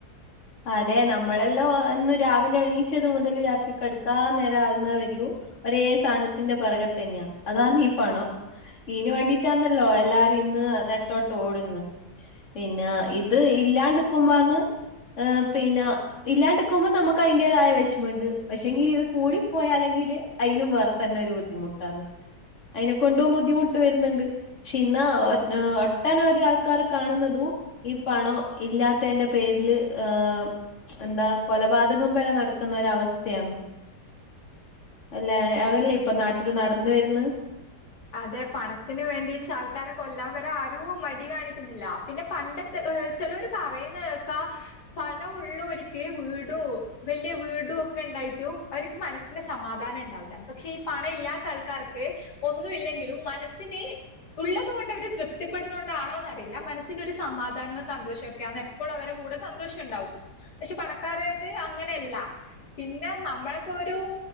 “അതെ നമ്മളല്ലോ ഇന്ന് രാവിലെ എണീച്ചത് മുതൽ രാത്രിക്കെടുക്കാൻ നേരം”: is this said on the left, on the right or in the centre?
Left